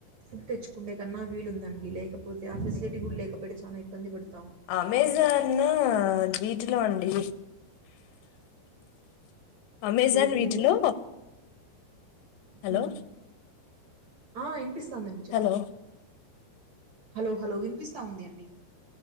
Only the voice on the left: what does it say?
అమెజాను వీటిలో అండి అమెజాన్
వీటిలో హలో
హలో